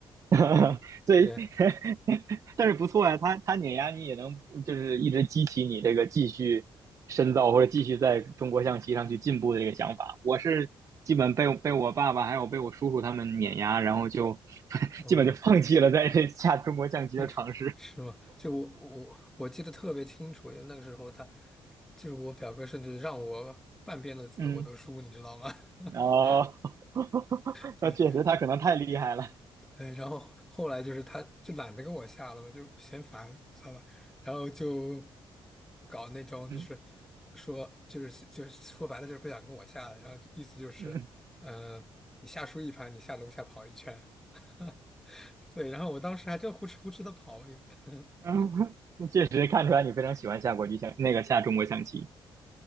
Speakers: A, in the centre; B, on the right (about 35°).
A: 就对，
B: <laughs> 对，<laughs> 但是不错呀、他他碾压你也能就是一直激起你这个继续深造或者继续在中国象棋上去进步的这个想法。我是基本被被我爸爸还有被我叔叔他们碾压，然后就 <laughs>
A: 嗯，
B: 基本就放弃了在这 <laughs> 下中国象棋的尝试。
A: 啊，是是吗？就我我我记得特别清楚，就那个时候他，就是我表哥，甚至让我半边的子我都输，
B: 嗯，
A: 你知道吗？<laughs>
B: 然哦，<laughs>
A: 对，
B: 那确实他可能太厉害了。
A: 哎，然后后来就是他就懒得跟我下了嘛，就嫌烦，知道吧？然后就搞那种就是
B: 嗯
A: 说就是就是说白了就是不想跟我下了，然后意思就是，
B: 嗯
A: 嗯、你下输一盘，你下楼下跑一圈，<laughs> 对，然后我当时还真呼哧呼哧的跑，<laughs>
B: 嗯，那确实看出来你非常喜欢下国际象那个下中国象棋。